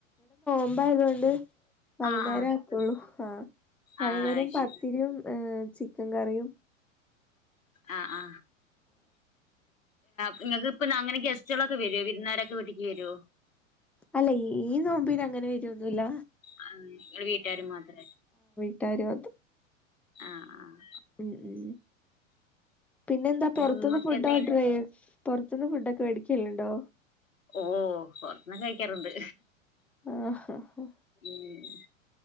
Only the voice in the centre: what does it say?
നോമ്പായതോണ്ട് വൈന്നേരം
ആക്കുള്ളൂ
ആ വൈന്നേരം
പത്തിരിയും
ഏ ചിക്കങ്കറിയും
അല്ല ഈ നോമ്പീന് അങ്ങനെ വരോന്നുല്ല
<unintelligible>
ഉം ഉം പിന്നെ എന്താ പൊറത്തുന്ന്
ഫുഡ്
ഓർഡർ ചെയ് <unintelligible> <unintelligible> ഫുഡ്ഒക്കെ വെടിക്കലുണ്ടോ
ആഹാ ഹാ